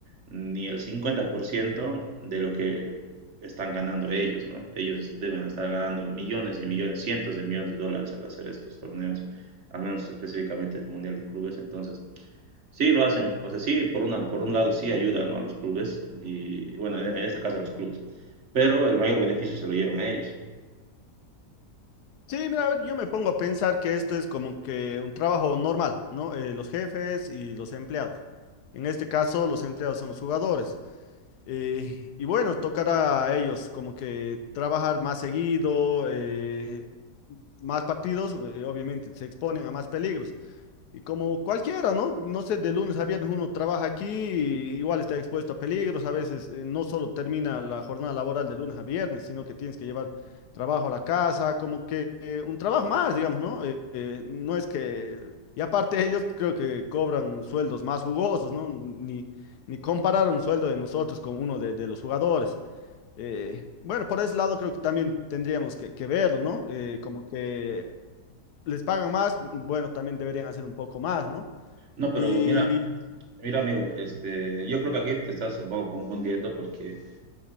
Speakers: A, on the right; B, on the left.
A: ni el 50% de lo que están ganando ellos, ¿no? Ellos deben estar ganando millones y millones, cientos de millones de dólares al hacer estos torneos, al menos específicamente el Mundial de Clubes. Entonces, sí lo hacen, o sea, sí, por una, por un lado sí ayuda, ¿no? a los clubes, y bueno, en, en este caso a los clubes, pero el mayor beneficio se lo llevan a ellos.
B: Sí, mira, a ver, yo me pongo a pensar que esto es como que un trabajo normal, ¿no? Eh, los jefes y los empleados. En este caso, los empleados son los jugadores. Eh, y bueno, tocará a ellos como que trabajar más seguido, eh, más partidos, eh, obviamente se exponen a más peligros. Y como cualquiera, ¿no? No sé, de lunes a viernes uno trabaja aquí, y igual está expuesto a peligros, a veces eh, no solo termina la jornada laboral de lunes a viernes, sino que tienes que llevar trabajo a la casa, como que eh, un trabajo más, digamos, ¿no? Eh, eh, no es que... Y aparte ellos creo que cobran sueldos más jugosos, ¿no? Ni, ni comparar un sueldo de nosotros con uno de, de los jugadores. Eh, bueno, por ese lado creo que también tendríamos que, que verlo, ¿no? Eh, como que les pagan más, bueno, también deberían hacer un poco más, ¿no?
A: No,
B: Y,
A: pero mira, mira amigo, este, yo creo que aquí te estás un poco confundiendo porque